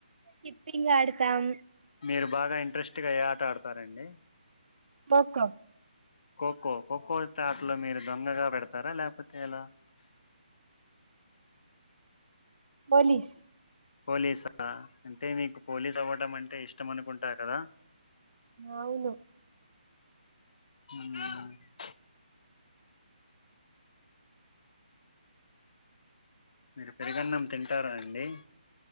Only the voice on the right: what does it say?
స్కిప్పింగ్ అడుతాం
ఖోఖో
పోలీస్
అవును